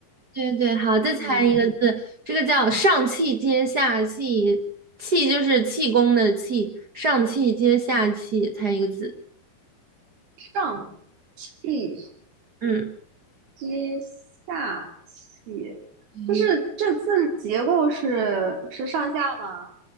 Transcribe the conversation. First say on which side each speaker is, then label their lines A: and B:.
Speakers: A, on the right (about 55°); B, on the right (about 75°).
A: 对对，好，
B: 嗯，
A: 再猜一个字，这个叫上气接下气，气就是气功的气，上气接下气，猜一个字，
B: 上气
A: 嗯，
B: 接下气，
A: 对
B: 就是这字结构是是上下吗？